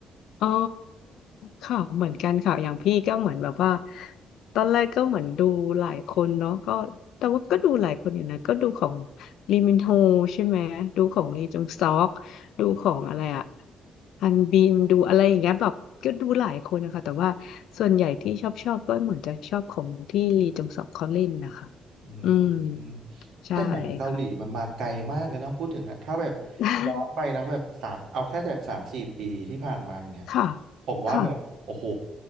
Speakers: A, on the left (about 80°); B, on the right (about 80°).
A: อ๋อค่ะเหมือนกันค่ะ อย่างพี่ก็เหมือนแบบว่า ตอนแรกก็เหมือนดูหลายคนเนาะก็แต่ว่าก็ดูหลายคนอยู่นะก็ดูของลีมินโฮใช่ไหมดูของลีจงซอกดูของอะไรอะฮันบินดูอะไรอย่างเงี้ยแบบก็ดูหลายคนนะคะแต่ว่าส่วนใหญ่ที่ชอบชอบก็เหมือนจะชอบของที่ลีจงซอกเขาเล่นนะคะ
B: อืม
A: อืมใช่
B: แต่หนังเกาหลีมันมาไกลมากเลยเนาะพูดถึงอะถ้าแบบ
A: ค่ะ <laughs>
B: ย้อนไปแล้วแบบสามเอาแค่แบบสามสี่ปีที่ผ่านมาอย่างเงี้ย
A: ค่ะ
B: ผมว่าแบบโอ้โห
A: ค่ะ